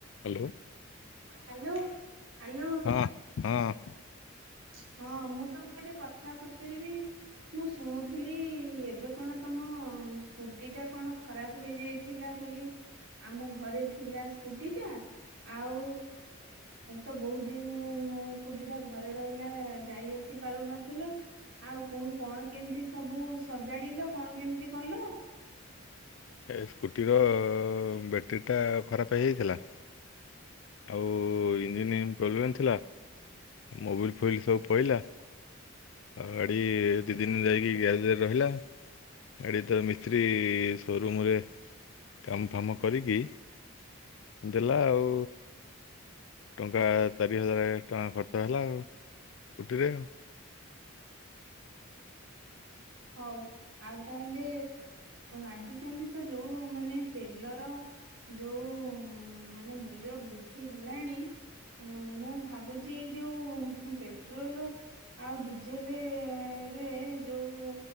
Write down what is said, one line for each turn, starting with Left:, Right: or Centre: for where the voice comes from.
Left: Hello.
Right: Hello hello.
Left: ହଁ ହଁ।
Right: ହଁ ମୁଁ ତମକୁ ଗୋଟେ କଥା ପଚାରିବି। ମୁଁ ଶୁଣୁଥିଲି ଏବେ କଣ ତମ ସ୍କୁଟି ଟା କଣ ଖରାପ ହେଇଯାଇ। ଥିଲା ବୋଲି ଆମ ଘରେ ଥିଲା ସ୍କୁଟି ଟା। ଆଉ ତ ବହୁତ ଦିନ ସ୍କୁଟି ଟା ଘରେ ରହିଲା ଯାଇ ଆସି ପାରୁନଥିଲ। ଆଉ ପୁଣି କଣ କେମିତି ସବୁ ସଜାଡିଲ କଣ କେମିତି କଲୁ?
Left: ଏ ସ୍କୁଟିର ବ୍ୟାଟେରୀଟା ଖରାପ ହେଇଯାଇଥିଲା। ଆଉ ଇଞ୍ଜିିନ ପ୍ରୋବ୍ଲେମ୍ ଥିଲା। ମୋବିଲ ଫୁବିଲ୍ ସବୁ ପଡ଼ିଲା। ହଉ ଗାଡ଼ି ଦୁଇ ଦିନ ଯାଇକି ଗ୍ୟାଜରେ ରହିଲା। ଗଡ଼ି ତ ମିସ୍ତ୍ରୀ ସୋରୁମ୍ରରେ କାମ ଫାମ କରିକି ଦେଲା ଆଉ। ଟଙ୍କା ଚାରି ହଜାର ଟଙ୍କା ଖର୍ଚ୍ଚ ହେଲା ଆଉ ସ୍କୁଟିରେ ଆଉ
Right: ହଉ ଆଉ ତାହେଲେ ଆଜିକାଲି ତ ଯୋଉ ମାନେ ତେଲର ଯୋଉ ମାନେ ମୂଲ୍ୟ ବୃଦ୍ଧି ହେଲାଣି ମୁଁ ଭାବୁଛି ଏଇ ଯୋଉ ପେଟ୍ରୋଲ ଆଉ ଡିଜେଲ ରେ ଯୋଉ